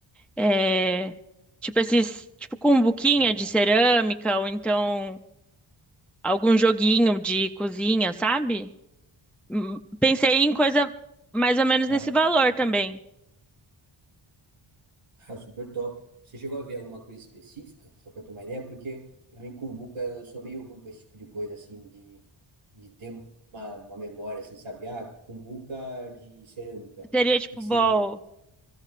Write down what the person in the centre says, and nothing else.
É. Tipo esses. Tipo, cumbuquinha
de cerâmica, ou então algum joguinho de cozinha, sabe? Hum, Pensei em coisa mais ou menos
nesse
valor
também.
Teria, tipo,
bol.